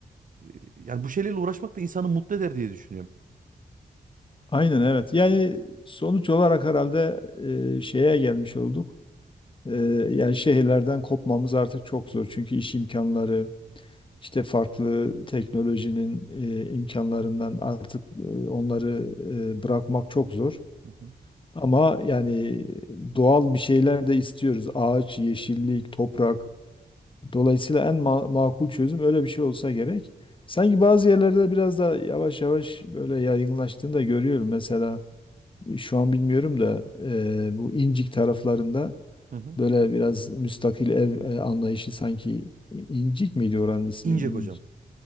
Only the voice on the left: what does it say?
Aynen evet. Yani sonuç olarak herhalde e, şeye gelmiş olduk. E, yani şehirlerden kopmamız artık çok zor. Çünkü iş imkanları, İşte farklı teknolojinin e, imkanlarından artık e, onları e, bırakmak çok zor.
Ama yani doğal bir şeyler de istiyoruz. Ağaç, yeşillik, toprak. Dolayısıyla en ma- makul çözüm öyle bir şey olsa gerek. Sanki bazı yerlerde biraz da yavaş yavaş böyle yaygınlaştığını da görüyorum. Mesela şu an bilmiyorum da e, bu İncik taraflarında
böyle biraz müstakil ev e, anlayışı sanki İ- İncik miydi oranın ismi?
İnc-